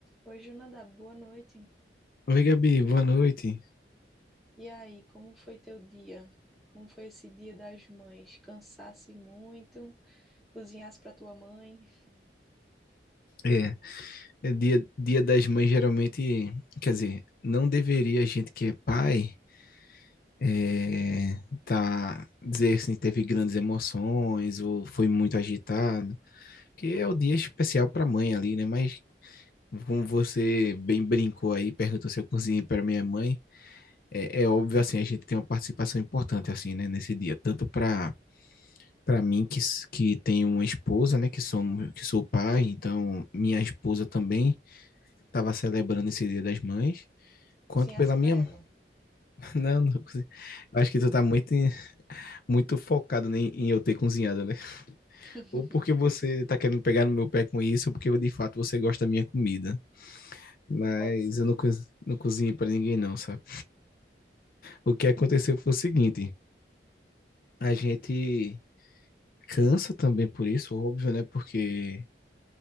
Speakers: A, in the centre; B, on the left.
A: Oi, Jonadab, boa noite.
B: Oi, Gabi, boa noite.
A: E aí, como foi teu dia? Como foi esse dia das mães? Cansasse muito? Cozinhasse para tua mãe?
B: É, é dia, dia das mães geralmente, quer dizer, não deveria a gente que é pai é, tá dizer assim, teve grandes emoções ou foi muito agitado, que é o dia especial para mãe ali, né? Mas como você bem brincou aí, perguntou se eu cozinhei para minha mãe, é, é óbvio assim, a gente tem uma participação importante assim, né, nesse dia, tanto para para mim que, s- que tenho uma esposa, né, que sou que sou pai, então minha esposa também Tava celebrando esse Dia das Mães, quanto
A: Cozinhasse
B: pela
A: para
B: minha.
A: ela?
B: <laughs> Não, não consegui. Acho que tu tá muito, em- muito focado né, em eu ter cozinhado, né?
A: <laughs>
B: Ou porque você tá querendo pegar no meu pé com isso, ou porque de fato você gosta da minha comida. Mas
A: Pode ser.
B: eu não, co- não cozinhei pra ninguém, não, sabe? O que aconteceu foi o seguinte: a gente cansa também por isso, óbvio, né? Porque